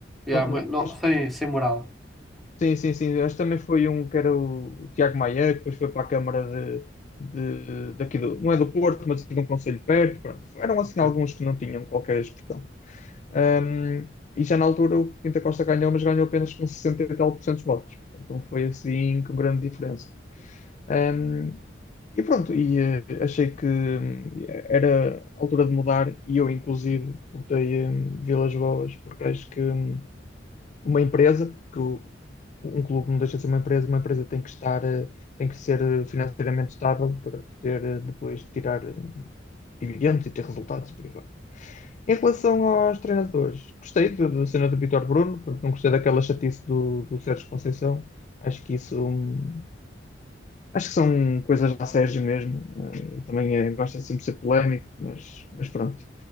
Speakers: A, in the centre; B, on the left (about 40°).
A: Yeah,
B: não- não-
A: mas não,
B: acho
A: sem, sem moral.
B: Sim, sim, sim. Acho que também foi um que era o Tiago Maia, que depois foi para a Câmara de, de, daqui do, não é do Porto, mas de um concelho perto. Pronto. Eram
A: Ok.
B: assim alguns que não tinham qualquer expressão. Ahm, e já na altura o Pinta Costa ganhou, mas ganhou apenas com 60 e tal por cento dos votos. Portanto, não foi assim com grande diferença. Ahm, e pronto, e eh, achei que hum, era a altura de mudar e eu, inclusive, votei em Vilas Boas, porque acho que hum, uma empresa, porque o- um clube não deixa de ser uma empresa, uma empresa tem que estar, eh, tem que ser eh, financeiramente estável para poder eh, depois tirar eh, dividendos e ter resultados e por aí fora. Em relação aos treinadores, gostei da da cena do Vítor Bruno, portanto, não gostei daquela chatice do, do Sérgio Conceição. Acho que isso, hum, acho que são coisas da Sérgio mesmo. Eh, ele também eh, gosta de sempre ser polémico, mas, mas pronto.